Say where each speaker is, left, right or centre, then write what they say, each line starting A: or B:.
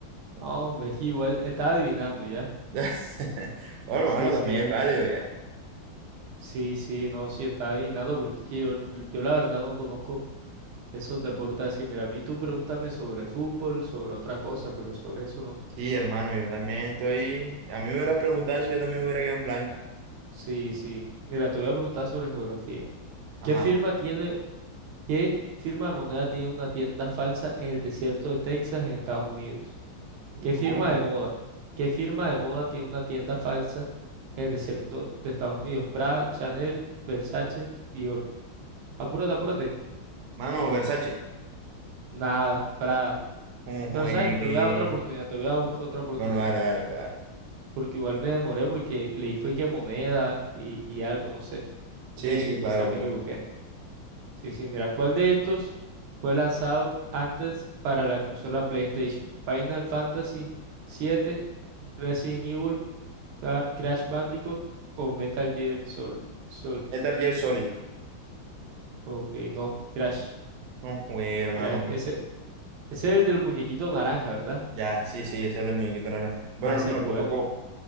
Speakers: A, on the right; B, on the right.
A: No, hombre, es que igual estaba adivinando ya.
B: <laughs> Oh, hermano,
A: Sí, sí,
B: también es válido ya.
A: sí, sí, no, sí, estaba adivinando porque es que yo, yo la verdad no conozco esos deportes así. Mira, a mí tú pregúntame sobre fútbol, sobre otra cosa, pero sobre eso no.
B: Sí, hermano, yo también estoy. A mí me hubiera preguntado eso, yo también me hubiera quedado en blanco.
A: Sí, sí. Mira, te voy a preguntar sobre geografía.
B: Ajá.
A: ¿Qué firma tiene ¿Qué firma de moneda tiene una tienda falsa en el desierto de Texas, en Estados Unidos?
B: Uy,
A: ¿Qué firma
B: ¿Cómo?
A: de moda? ¿Qué firma de moda tiene una tienda falsa en el desierto de Estados Unidos? Prada, Chanel, Versace, Dior. Apúrate, apúrate.
B: Mano, Versace.
A: Nada, Prada.
B: Un juegue.
A: Pero sabes que te voy a dar otra oportunidad, te voy a dar ot- otra oportunidad.
B: Bueno, dale, dale, pues dale.
A: Porque igual me demoré porque leí fue que moneda y, y algo, no sé.
B: Sí,
A: Porque
B: sí,
A: quizás
B: claro, claro.
A: me equivoqué. Sí, sí, mira, ¿cuál de estos fue lanzado antes para la consola PlayStation? Final Fantasy siete Resident Evil, Ca- Crash Bandicoot o Metal Gear Solid. Solid.
B: Metal Gear Solid.
A: Ok, no, Crash.
B: No juegue, hermano.
A: Crash. Ese, ese es el del muñequito naranja, ¿verdad?
B: Ya, sí, sí, ese es el de muñequito naranja. Bueno,
A: Ah, ese
B: hermano,
A: es bueno.
B: te tocó.